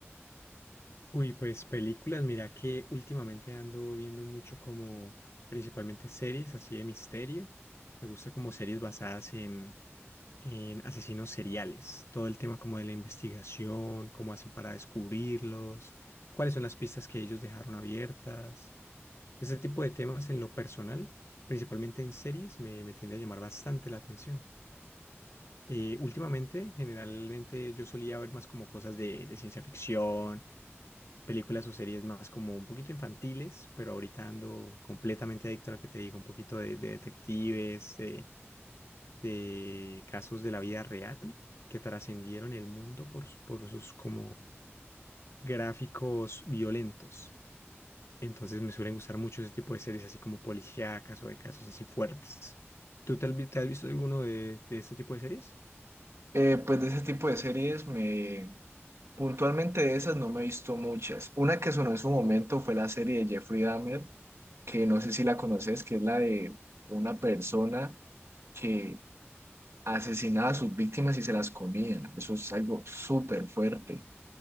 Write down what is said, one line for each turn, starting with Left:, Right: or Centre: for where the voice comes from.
Left: Uy, pues películas, mira que últimamente ando viendo mucho como principalmente series así de misterio. Me gusta como series basadas en, en asesinos seriales, todo el tema como de la investigación, cómo hacen para descubrirlos, cuáles son las pistas que ellos dejaron abiertas. Ese tipo de temas en lo personal, principalmente en series, me, me tiende a llamar bastante la atención. Eh, últimamente, generalmente yo solía ver más como cosas de de ciencia ficción películas o series más como un poquito infantiles, pero ahorita ando completamente adicto a lo que te digo, un poquito de, de detectives, de, de casos de la vida real que trascendieron el mundo por, su- por sus como gráficos violentos. Entonces me suelen gustar mucho ese tipo de series así como policíacas o de casos así fuertes. ¿Tú te has, vi- te has visto alguno de, de este tipo de series?
Right: Eh, pues de ese tipo de series, me... puntualmente de esas no me he visto muchas. Una que sonó en su momento fue la serie de Jeffrey Dahmer, que no sé si la conoces, que es la de una persona que asesinaba a sus víctimas y se las comía. Eso es algo súper fuerte.